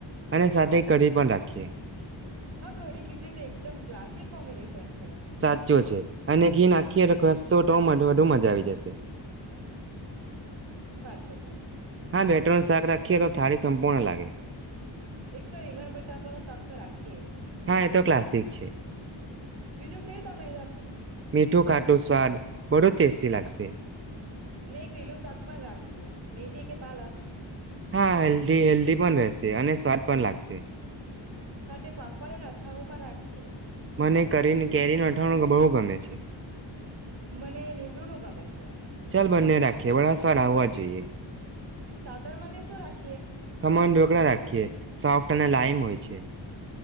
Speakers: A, on the right; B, on the right.
A: અને સાથે કઢી પણ રાખીએ.
B: હા કઢી ખીચડી તો એકદમ ક્લાસ સિક કોમ્બિનેશન છે.
A: સાચો છે અને ઘીન આખી તો વધુ મજા આવી જશે.
B: તર્યા
A: હા મેટ્રનું શાક રાખીએ તો થાળી સંપૂર્ણ લાગે.
B: એક તો રીંગણ બતાકાનું શાક તો રાખીએ જ.
A: હા એ તો ક્લાસિક છે
B: બીજું સું તમે
A: મીઠું ખાટું સ્વાદ બડો ટેસ્ટી લાગશે.
B: અને એક લીલું શાક પણ રાખીએ મેથી કે પાલક
A: હા હેલ્ધી હેલ્ધી પણ રહેશે. અને સ્વાદ પણ લાગશે.
B: સાથે પાપડ ને અથાણું પણ રાખ ખે.
A: મને કરીને કેરી નો અથાણું તો બહુ ગમે છે.
B: મને લીમડુ નું ગમે છે.
A: ચાલ બંને રાખીએ વાળા સ્વાદ આવા જ જોઈએ.
B: તાતર માં શું રાખીએ.
A: ખમણ ઢોકળા રાખીએ. સોફ્ટ અને લાઈમ હોય છે.